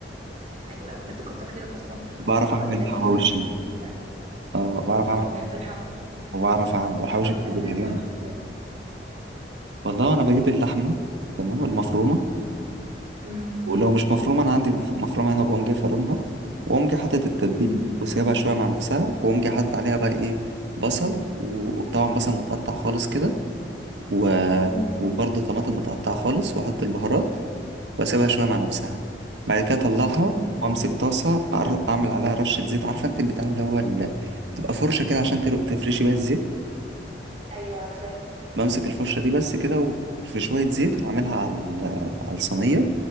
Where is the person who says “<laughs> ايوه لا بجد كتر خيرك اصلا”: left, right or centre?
Right